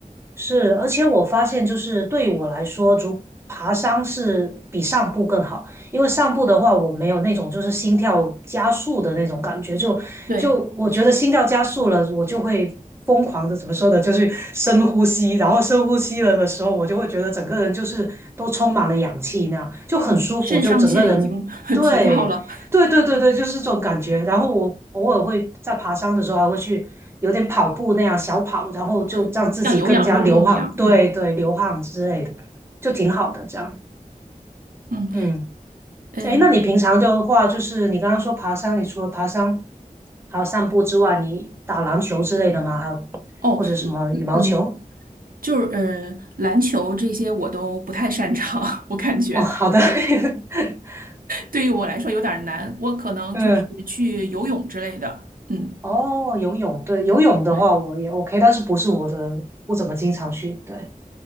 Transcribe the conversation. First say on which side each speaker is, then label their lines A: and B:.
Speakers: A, on the right; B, on the right.
A: 是，而且我发现，就是对我来说，如爬山是比上步更好，因为上步的话，我没有那种就是心跳加速的那种感觉，就就我觉得心跳加速了，
B: 对，
A: 我就会疯狂的怎么说呢，就是深呼吸，然后深呼吸了的时候，我就会觉得整个人就是都充满了氧气那样，就很舒服，
B: 嗯，肾上腺已经
A: 就整个人对。
B: <laughs> 提高了，
A: 对对对对，就是这种感觉。然后我偶尔会在爬山的时候还会去有点跑步那样小跑，然后就让自己更加流汗，
B: 嗯，像有氧运动一样，
A: 对对，
B: 嗯
A: 流汗之类的，就挺好的这样。
B: 嗯
A: 嗯，
B: 嗯，
A: 哎，那你平常的话，就是你刚刚说爬山，你除了爬山还有散步之外，你打篮球之类的吗？还有或者什么羽毛球？
B: 哦，嗯，就是呃，篮球这些我都不太擅长，<laughs> 我感觉我
A: 哦，好的，<laughs>
B: 对于我来说有点儿难，我可能就是去游泳之类的，
A: 嗯，
B: 嗯，
A: 哦，游泳，对，游泳的话我也
B: 对，
A: OK，但是不是我的，不怎么经常去，对。